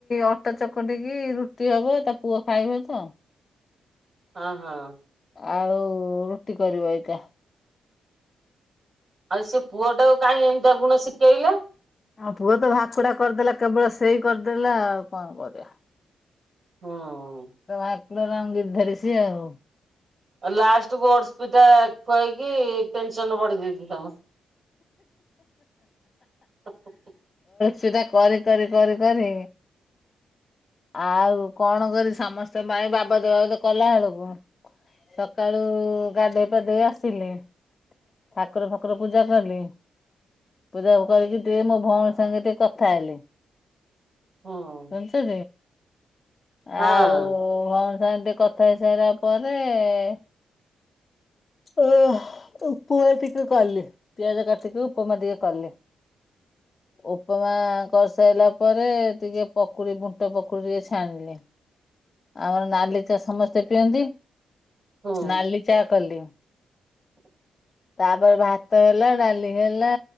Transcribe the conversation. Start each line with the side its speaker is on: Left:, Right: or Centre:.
Left: ଅଟା ଚକଟିକି ରୁଟି ହବ ତା ପୁଅ ଖାଇବ ତ।
Right: ହଁ ହଁ।
Left: ଆଳୁ ରୁଟି କରିବ ଏଇଟା।
Right: ଆଉ ସେ ପୁଅଟା କାହିଁକ ଏମିତିଆ ଗୁଣ ଶିଖେଇଲେ?
Left: ଆଉ ପୁଅ ତ ଭାକୁଡା କରିଦେଲା କେବଳ ସେଇ କରିଦେଲା ଆଉ କଣ କରିବା?
Right: ହଁ ଅଁ
Left: ଭାକୁଲରାମ ଗିର୍ଦ୍ଧାରି ସିଏ ଆଉ
Right: ଲାଷ୍ଟକୁ ପି <unintelligible> ଠା ଖୁଆଇକି ଟେନସନ ବଢି ଦେଇଛି ତମ <unintelligible>
Left: ସେଟା କରି କରି କରି କରି ଆଉ କଣ କରି ସମସ୍ତଙ୍କ ପାଇଁ ବାବଦ ବାବଦ କଲା ବେଳକୁ ସକାଳୁ ଗାଧେଇ ପାଧେଇ ଆସିଲେ, ଠାକୁର ଫାକୁର ପୂଜା ପୂଜା କଲି, ପୂଜା କରିକି ଟିକେ ମୋ ଭଉଣୀ ସାଙ୍ଗେ ଟିକେ କଥା ହେଲି।
Right: ହୁଁ।
Left: ଶ
Right: ହଁ
Left: ଆଉ ହ <unintelligible> ସେନ୍ତି କଥା ହେଇସାରିଲା ପରେ ଏଏ
Right: <inaudible>
Left: ଓ ହ ଉପମା ଟିକେ କଲି, ପିଆଜ କାଟିକି ଉପମା ଟିକେ କଲି।
Right: <inaudible>
Left: ଉପମା କରିସାରିଲା ପରେ, ଟିକେ ପକୁଡି ବୁଟ ପକୁଡି ଟିକେ ଛାଣିଲି । ଆମର ନାଲି ଚା ସମସ୍ତେ ପିଅନ୍ତି,
Right: ହୁଁ
Left: ନାଲି ଚା କଲି ।
Right: <inaudible>
Left: ତାପରେ ଭାତ ହେଲା, ଡାଲି ହେଲା,